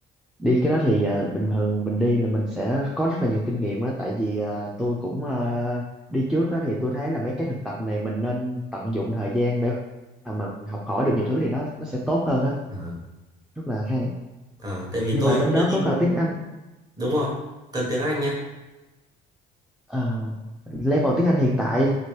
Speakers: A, in the centre; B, on the right (about 20°).
A: đi cái đó thì à, bình thường mình đi là mình sẽ có rất là nhiều kinh nghiệm á, tại vì à, tôi cũng à, đi trước á thì tôi thấy là mấy cái thực tập này mình nên tận dụng thời gian để mà mình học hỏi được nhiều thứ thì nó nó sẽ tốt hơn á,
B: Ờ.
A: rất là hay.
B: Ờ, tại vì
A: Nhưng
B: tôi
A: mà bên đó
B: chưa đi
A: có cần tiếng Anh,
B: Đúng rồi, cần tiếng Anh nhá.
A: à, level tiếng Anh hiện tại